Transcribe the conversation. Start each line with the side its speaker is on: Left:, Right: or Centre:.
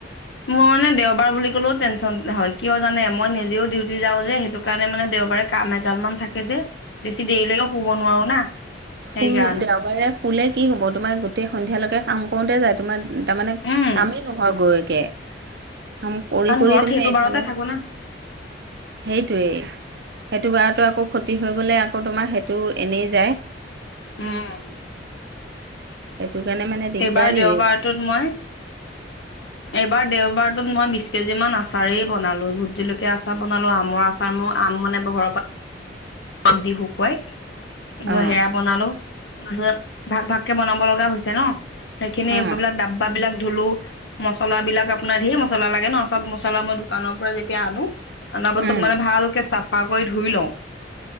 Left: মোৰ মানে দেওবাৰ বুলি কলেও টেনচন হয় কিয় জানে মই নিজেও ডিউটি যাও যে সেইটো কাৰণে মানে দেওবাৰে কাম এগাল মান থাকে যে বেছি দেৰিলৈকেও শুব নোৱাৰো না। সেইকাৰণে
Right: শুল দেওবাৰে শুলে কি হ'ব তোমাৰ গোটেই সন্ধিয়ালৈকে কাম কৰোতে যায় তোমাৰ তাৰমানে
Left: উম
Right: কামেই নহয় গৈকৈ। কাম কৰি-কৰি
Left: কাৰণ ঘৰত
Right: তোমাৰ
Left: সেইটো
Right: এইফালে
Left: বাৰতে থাকো না
Right: সেইটোৱেই। সেইটো বাৰটো আকৌ ক্ষতি হৈ গ'লে আকৌ তোমাৰ সেইটো এনেই যায়।
Left: উম,
Right: এইটো কাৰণে মানে দিগদাৰিয়ে
Left: এইবাৰ দেওবাৰটোত মই
Right: <unintelligible>
Left: এইবাৰ দেওবাৰটোত মই বিছ কেজি মান আচাৰেই বনালোঁ ভোট জলকীয়া আচাৰ বনলোঁ আমৰ আচাৰ চা মোৰ আম মানে ঘৰৰ পৰা <unintelligible> দি শুকুৱাই ধৰ
Right: অঁ
Left: সেয়া বনালোঁ তাৰপিছত ভাগ -ভাগকে বনাব লগা হৈছে ন'সেইখিনি
Right: অঁ
Left: এইবিলাক বা বিলাক ধুলোঁ। মছলাবিলাক আপোনাৰ ধেৰ মছলা লাগে ন' চব মছলা মই দোকানৰ পৰা যেতিয়া আনো আনা পাছত
Right: উম,
Left: মানে ভালকে চাফা কৰি ধুই লও